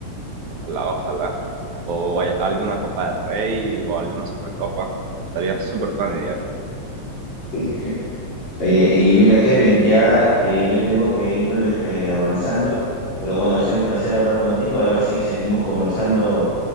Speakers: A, on the right; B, on the left.
A: Ojalá, ojalá. O hay alguna Copa del Rey o alguna Supercopa. Estaría súper tuanes, Diego.
B: <laughs> Oye, y mira, Kevin, ya eh, yo tengo que ir eh, avanzando, pero bueno, ha sido un placer hablar contigo, a ver si seguimos conversando,